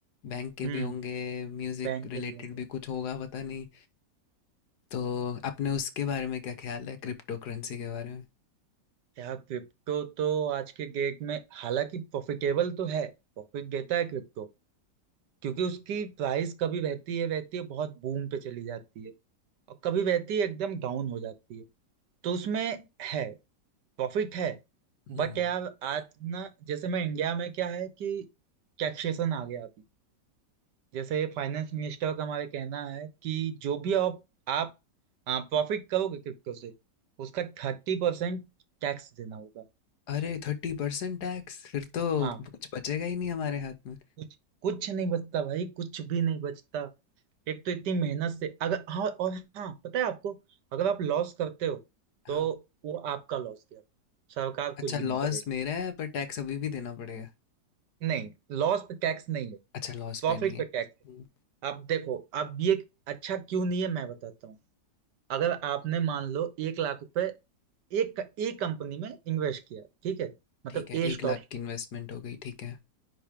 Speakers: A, on the left; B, on the right.
A: बैंक के
B: हम्म
A: भी होंगे म्यूज़िक
B: बैंक के
A: रिलेटेड
B: भी होंगे
A: भी कुछ होगा पता नहीं। तो आपने उसके बारे में क्या ख्याल है क्रिप्टो करेंसी के बारे में
B: यार क्रिप्टो तो आज के डेट में हालांकि प्रॉफिटेबल तो है प्रॉफिट देता है क्रिप्टो क्योंकि उसकी प्राइस कभी रहती है रहती है बहुत बूम पे चली जाती है और कभी रहती है एकदम डाउन हो जाती है तो उसमें है प्रॉफिट है
A: हम्म
B: बट यार आज ना जैसे मैं इंडिया में क्या है कि टैक्सेशन आ गया अभी जैसे फाइनेंस मिनिस्टर का हमारे कहना है कि जो भी आप आप प्रॉफिट करोगे क्रिप्टो से उसका थर्टी परसेंट टैक्स देना होगा
A: अरे थर्टी परसेंट टैक्स फिर तो
B: हाँ
A: कुछ बचेगा ही नहीं हमारे हाथ में
B: कुछ कुछ नहीं बचता भाई कुछ भी नहीं बचता एक तो इतनी मेहनत से अगर हाँ और हाँ पता है आपको अगर आप लॉस करते हो
A: हाँ
B: तो वो आपका लॉस गया सरकार कुछ
A: अच्छा
B: भी
A: लॉस
B: नहीं करेगी
A: मेरा है पर टैक्स अभी भी देना पड़ेगा
B: नहीं लॉस पे टैक्स नहीं है
A: अच्छा लॉस
B: प्रॉफिट
A: पे नहीं है
B: पे टैक्स
A: हम्म,
B: अब देखो अब ये अच्छा क्यों नहीं है मैं बताता हूँ अगर आपने मान लो एक लाख रुपए एक एक कंपनी में इन्वेस्ट किया ठीक है मतलब
A: ठीक है
B: ए स्टॉक
A: एक लाख की इन्वेस्टमेंट हो गई ठीक है